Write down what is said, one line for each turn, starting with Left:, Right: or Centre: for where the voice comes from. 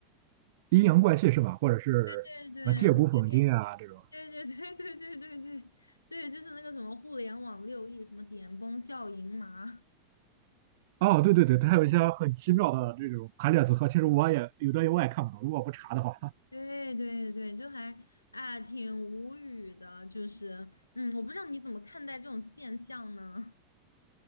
Right: 阴阳怪气是吧？或者是呃借古讽今啊这种。
Left: 对对，对对对 <laughs> 对对对对对，就是那个什么互联网六亿，什么点崩笑盈麻，<laughs>
Right: 哦，对对对，它有一些很奇妙的这种排列组合，其实我也有的我也看不懂，如果不查的话，
Left: 对对对，就还啊挺无语的，就是嗯，我不知道你怎么看待这种现象呢？